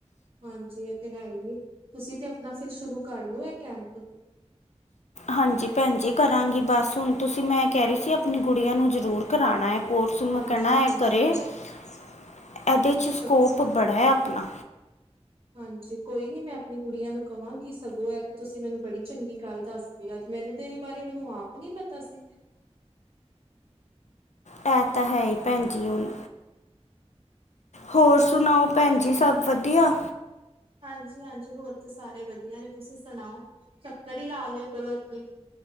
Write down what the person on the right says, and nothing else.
ਹਾਂਜੀ ਇਹ ਤੇ ਹੈ ਹੀ ਏ। ਤੁਸੀਂ ਤੇ ਆਪਣਾ ਫਿਰ ਸ਼ੁਰੂ ਕਰਲਓ ਇਹ ਕੈਂਪ
ਹਾਂਜੀ
ਹਾਂਜੀ
ਮੈਂ
ਸਗੋਂ
ਹਾਂਜੀ ਕੋਈ ਨੀ ਮੈਂ ਆਪਣੀ ਗੁਡੀਆ ਨੂੰ ਕਹਾਂਗੀ ਸਗੋਂ ਐ ਤੇ ਤੁਸੀਂ ਮੈਨੂੰ ਬੜੀ ਚੰਗੀ ਗੱਲ ਦੱਸਤੀ ਅੱਜ ਮੈਨੂੰ ਤੇ ਇਹਦੇ ਬਾਰੇ ਮੈਨੂੰ ਆਪ ਨੀ ਪਤਾ ਸੀ
ਹਾਂਜੀ ਹਾਂਜੀ ਹੋਰ ਤੇ ਸਾਰੇ ਵਧੀਆ ਨੇ ਤੁਸੀਂ ਸੁਣਾਓ ਚੱਕਰ ਹੀ ਲਾ ਲਿਆ ਕਰੋ ਇੱਥੇ